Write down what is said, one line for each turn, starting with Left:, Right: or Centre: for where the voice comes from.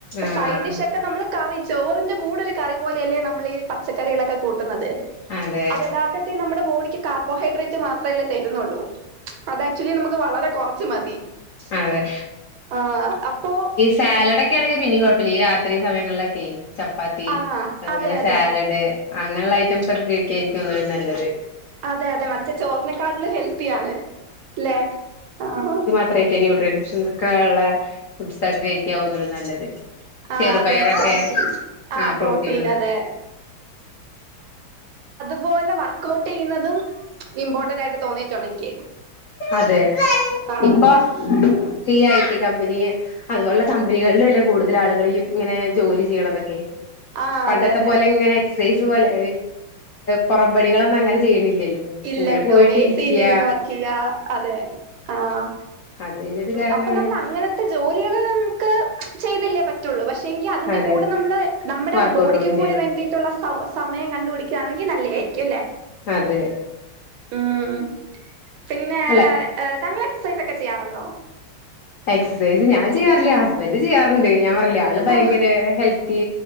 Left: ആഹ്
Right: സൈഡിഷ് ഒക്കെ നമ്മള് കറി ചേറിൻ്റെ കൂടെരു കറി പോലെയല്ലേ നമ്മൾ ഈ പച്ചക്കറികളൊക്കെ കൂട്ടുന്നത്
Left: അതെ
Right: അത് യഥാർത്ഥത്തി നമ്മുടെ ബോഡിക്ക് കാർബോഹൈഡ്രേറ്റ്സ് മാത്രമല്ലേ തരുന്നുള്ളൂ. അത് ആക്ച്വലി നമുക്ക് വളരെ കൊറച്ച് മതി
Left: അതെ
Right: ആഹ് അപ്പോ
Left: സാലഡ് ഒക്കെ ആണെങ്കിൽ പിന്നയും കുഴപ്പമില്ല ഈ രാത്രി സമയങ്ങളിലൊക്കെ ചപ്പാത്തി
Right: ആ
Left: അതുപോലെ
Right: അതെ അതെ
Left: സാലഡ് അങ്ങനെയുള്ള ഐറ്റംസ് ഒക്കെ കഴിക്കായിരിക്കും ഒന്നുടെ നല്ലത്.
Right: അതെ അതെ മറ്റേ ചോറിനെക്കാട്ടിലും ഹെൽത്തിയാണ് അല്ലേ ആഹ് അഹ്-
Left: അത്രയൊക്കെ ന്യട്രിയൻസ് ഒക്കെ ഉള്ള ഫുഡ്സ് ഒക്കെ കഴിക്കാവുന്ന നല്ലത്
Right: ആ
Left: ചെറു
Right: അതെ
Left: പയറൊക്കെ
Right: പ്രോട്ടീൻ ആ
Left: ആഹ് പ്രോട്ടീൻ ഒക്കെ
Right: അതെ അതു പോലെ വർക്ക് ഔട്ട് ചെയ്യുന്നതും ഇമ്പോർട്ടന്റ് ആയിട്ട് തോന്നിയിട്ടുണ്ട് എനിക്ക്
Left: അതെ
Right: ആ
Left: ഇപ്പൊ ഈ ഐടി കമ്പനിയെ അതുപോലുള്ള കമ്പനികളിലല്ലേ കൂടുതൽ ആളുകൾ ഇങ്ങനെ ജോലി ചെയ്യണതൊക്കെ
Right: ആ
Left: പണ്ടത്തെ
Right: അതെ അതെ
Left: പോലെ ഇങ്ങനെ എക്സസൈസ് പോലെ പുറം പണികളൊന്നും അങ്ങനെ ചെയ്യണില്ലല്ലോ
Right: ഇല്ലല്ലോ
Left: ഇങ്ങനെ പോയിട്ടിരിക്ക
Right: എസിൽ ഇരുന്ന് വർക്ക് ചെയ്യാ അതെ ആഹ്
Left: അതെ കാരണാണ്
Right: അപ്പൊ നമ്മൾ അങ്ങനത്തെ ജോലികൾ നമുക്ക് ചെയ്തല്ലേ പറ്റുള്ളൂ പക്ഷെങ്കിൽ അതിന്റെ
Left: അതെ
Right: കൂടെ നമ്മള് നമ്മുടെ
Left: വർക്കഔട്ട്
Right: ബോഡിക്കും
Left: കൊണ്ട്
Right: കൂടി
Left: ചെയ്യണം
Right: വേണ്ടിയിട്ടുള്ള സ സമയം കണ്ടു പിടിക്കുവാണെങ്കിൽ നല്ലതായിരിക്കും അല്ലെ
Left: അതെ
Right: ഉം പിന്നെ
Left: അല്ല
Right: താങ്കൾ എക്സസൈസ് ഒക്കെ ചെയ്യാറുണ്ടോ
Left: എക്സസൈസ് ഞാൻ ചെയാറില്ല ഹസ്ബന്റ് ചെയ്യാറുണ്ട് ഞാൻ ല്ല ആള് ഭയങ്കര
Right: ആ
Left: ഹെൽത്തി